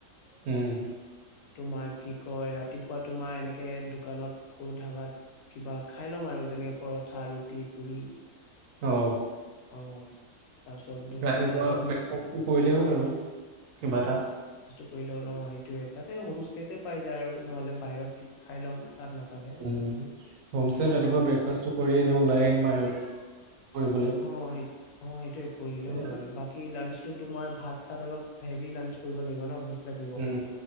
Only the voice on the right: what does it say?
উম
অ
ৰাতিপুৱা
ব্ৰেকফাষ্টটো কৰিলেই হ'ল আৰু কিবা এটা
উম হোমস্তে ৰাতিপুৱা
ব্ৰেকফাষ্টটো কৰি এনেও ওলাই আহিম বাহিৰত ফুৰিবলে
তেতিয়া
উম